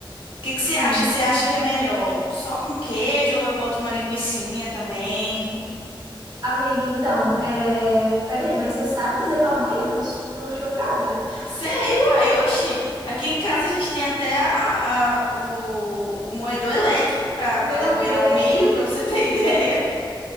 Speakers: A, on the left (about 85°); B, on the right (about 45°).
A: que que você
B: Hum,
A: acha? Você acha que é melhor só com queijo ou eu boto uma linguicinha também?
B: amiga, então, é... peraí, mas você sabe fazer pamonha? Tô, tô chocada.
A: Sei, uai, oxi. Aqui em casa a gente tem até a- a- o, o moedor elétrico para
B: Meu
A: deboiar
B: Deus.
A: o milho, para você ter <laughs> ideia.